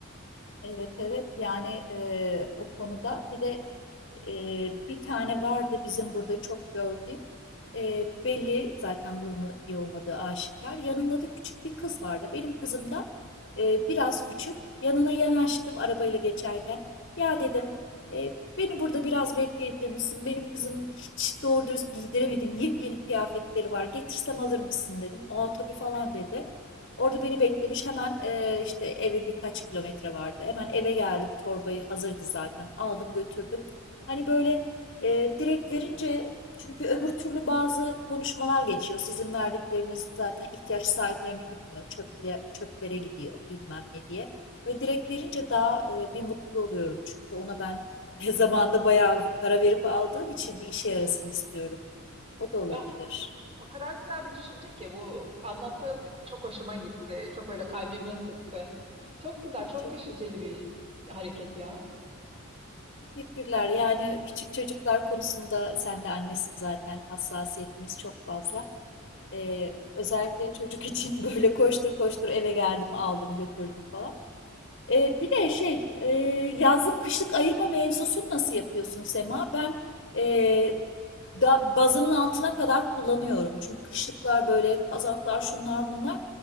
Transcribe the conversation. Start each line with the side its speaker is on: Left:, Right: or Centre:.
Left: Evet evet yani e, o konuda bir de e, bir tane vardı bizim burada çok gördüğüm E, belli zaten durumu iyi olmadığı aşikar yanında da küçük bir kız vardı benim kızım da e, biraz küçük yanına yanaştım arabayla geçerken ya dedim "e, beni burada biraz bekleyebilir misin benim kızımın hiç doğru dürüst giydiremediğim yepyeni kıyafetleri var getirsem alır mısın dedim aa tabii falan dedi Orada beni beklemiş. Hemen eee, işte eve birkaç kilometre vardı. Hemen eve geldim. Torbayı hazırdı zaten. Aldım götürdüm. Hani böyle eee, direkt verince çünkü öbür türlü bazı konuşmalar geçiyor. Sizin verdikleriniz zaten ihtiyaç sahiplerine gitmiyor. Çöple, çöplere gidiyor bilmem ne diye. Böyle direkt verince daha eee, bir mutlu oluyorum. Çünkü ona ben <laughs> zamanında bayağı para verip aldığım için bir işe yarasın istiyorum. O da olabilir.
Right: Ya o kadar güzel bir düşünce ki bu anlattığım çok hoşuma gitti. Çok böyle kalbimi ısıttı. Çok güzel, çok
Left: Çünkü
Right: düşünceli bir hareket ya.
Left: Teşekkürler. Yani küçük çocuklar konusunda sen de annesin zaten. Hassasiyetimiz çok fazla. Ee, özellikle çocuk için <laughs> böyle koştur koştur eve geldim, aldım, götürdüm falan. Ee, bir de şey, e, yazlık kışlık ayırma mevzusunu nasıl yapıyorsun Sema? Ben e, da bazının altına kadar kullanıyorum. Çünkü kışlıklar böyle kazaklar şunlar bunlar.